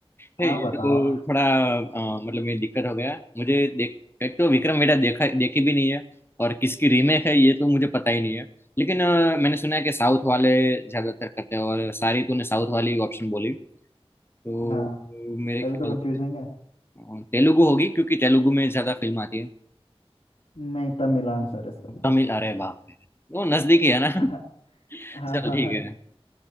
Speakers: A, on the left (about 20°); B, on the left (about 70°).
A: हे,
B: आप
A: ये
B: बताओ
A: तो थोड़ा अ, मतलब ये दिक्कत हो गया मुझे देख एक तो विक्रम वेड़ा देखा देखी भी नहीं है और किसकी रीमेक है ये तो मुझे पता ही नहीं है लेकिन अ, मैंने सुना है कि साउथ वाले ज्यादातर करते हैं और सारी तूने साउथ वाली ऑप्शन बोली तो
B: हाँ
A: मेरे
B: तभी
A: ख्याल
B: तो कंफ्यूजिंग
A: से
B: है
A: अ, तेलुगु होगी क्योंकि तेलुगु में ज्यादा फिल्म आती है
B: नहीं तमिल आंसर है इसका
A: तमिल अरे बाप रे वो नजदीकी है
B: <laughs>
A: ना <laughs>
B: हाँ हाँ
A: चल
B: हाँ
A: ठीक
B: हाँ,
A: है